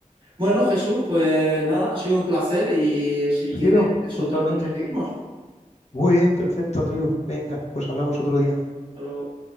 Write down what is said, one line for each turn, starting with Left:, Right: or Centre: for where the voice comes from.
Right: Bueno, Jesús, pues nada, ha sido un placer y si quieres
Left: Sido, totalmente.
Right: otro día seguimos.
Left: Muy bien, perfecto, Andriu. Venga, pues hablamos otro día.
Right: Hasta luego.